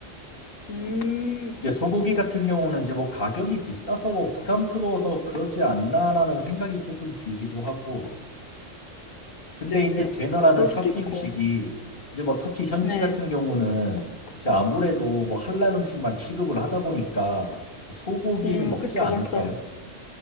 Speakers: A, on the left; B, on the left.
A: 음,
B: 이게 소고기 같은 경우는 이제 뭐 가격이 비싸서 뭐 부담스러워서 그러지 않나라는 생각이 조금 들기도 하고, 근데
A: 네네요.
B: 이게 되너라는
A: 그럴
B: 터키
A: 수도 있고.
B: 음식이 이제 뭐 터키 현지
A: 네.
B: 같은 경우는 이제 아무래도 뭐 할랄 음식만 취급을 하다 보니까 소고기는
A: 음,
B: 먹지
A: 그쵸,
B: 않을까요?
A: 그쵸.